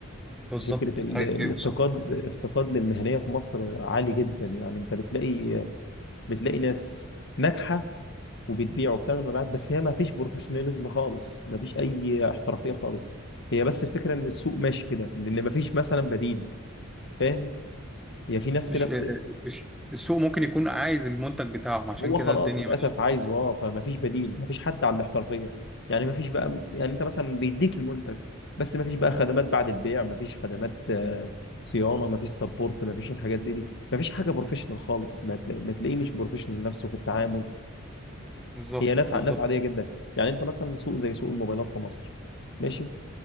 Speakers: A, in the centre; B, on the left.
A: بالظبط
B: فكره ال...
A: ايوه
B: الافتقاد
A: صح
B: افتقاد للمهنيه في مصر عالي جدا يعني انت بتلاقي بتلاقي ناس ناجحه وبتبيع وبتعمل مبيعات بس هي ما فيش بروفيشناليزم خالص ما فيش اي احترافيه خالص هي بس الفكره ان السوق ماشي كده لان ما فيش مثلا بديل فاهم هي في ناس كده
A: الش-
B: بت...
A: الش- السوق ممكن يكون عايز المنتج بتاعهم عشان
B: هو
A: كده
B: خلاص
A: الدنيا
B: للاسف
A: ماشيه
B: عايزه اه فما فيش بديل ما فيش حد على الاحترافيه يعني ما فيش بقى يعني انت مثلا بيديك المنتج بس ما فيش بقى خدمات بعد البيع ما فيش خدمات آه، صيانه ما فيش سبورت ما فيش الحاجات دي, دي. ما فيش حاجه بروفيشنال خالص ما, تلا... ما تلاقيه مش بروفيشنال نفسه في التعامل
A: بالظبط
B: هي ناس
A: بالظبط
B: ع- ناس عاديه جدا يعني انت مثلا سوق زي سوق الموبايلات في مصر ماشي